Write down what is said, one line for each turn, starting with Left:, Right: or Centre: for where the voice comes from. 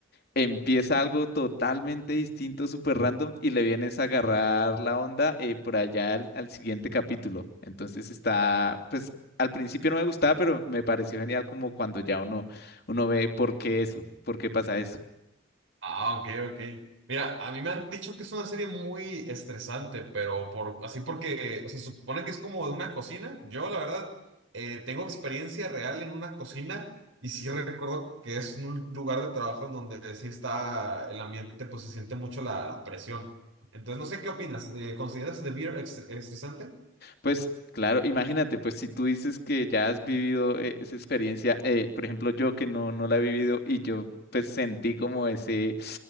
Left: empieza algo totalmente distinto, súper random, y le vienes a agarrar la onda eh, por allá al, al siguiente capítulo. Entonces está, pues al principio no me gustaba, pero me pareció genial como cuando ya uno, uno ve por qué eso, por qué pasa eso.
Right: Ah, ok, ok. Mira, a mí me han dicho que es una serie muy estresante, pero por, así porque, o sea, supone que es como de una cocina. Yo, la verdad, eh, tengo experiencia real en una cocina y sí recuerdo que es un lugar de trabajo en donde sí está el ambiente, pues se siente mucho la, la presión. Entonces, no sé qué opinas. Eh, ¿consideras The Beer estres- estresante?
Left: Pues claro, imagínate, pues si tú dices que ya has vivido eh, esa experiencia, eh, por ejemplo, yo que no, no la he vivido y yo pues sentí como ese,